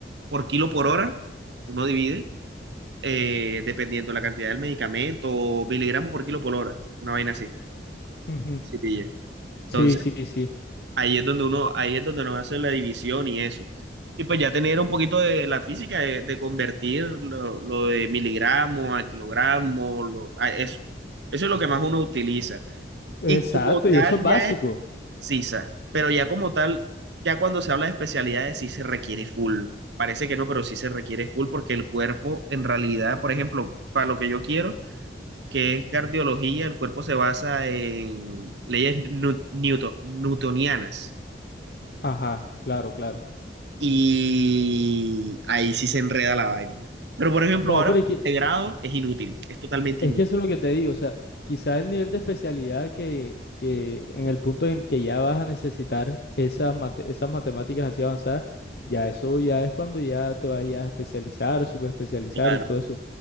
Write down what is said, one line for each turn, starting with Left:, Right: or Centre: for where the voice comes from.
Right: por kilo por hora, uno divide, eh, dependiendo la cantidad del medicamento, o miligramos por kilo por hora, una vaina así.
Left: Ujú.
Right: Sí, pilla. Entonces,
Left: Sí, sí, sí.
Right: ahí es donde uno, ahí es donde nos hace la división y eso. Y pues ya tener un poquito de la física, de, de convertir lo, lo de miligramo a kilogramo, lo- a eso. Eso es lo que más uno utiliza.
Left: Exacto,
Right: Y como tal,
Left: y eso es básico.
Right: ya CISA, pero ya como tal, ya cuando se habla de especialidades sí se requiere full. Parece que no, pero sí se requiere full porque el cuerpo en realidad, por ejemplo, para lo que yo quiero, que es cardiología, el cuerpo se basa en leyes nu- newto- newtonianas
Left: Ajá, claro, claro.
Right: y ahí sí se enreda la vaina. Pero por ejemplo,
Left: No,
Right: ahora
Left: pero es que,
Right: de grado es inútil, es totalmente
Left: es
Right: inútil.
Left: que eso es lo que te digo, o sea, quizás el nivel de especialidad que, que en el punto en que ya vas a necesitar esas, mate- esas matemáticas así avanzadas, ya eso ya es cuando ya te vayas a especializar, subespecializar
Right: Claro,
Left: y todo eso.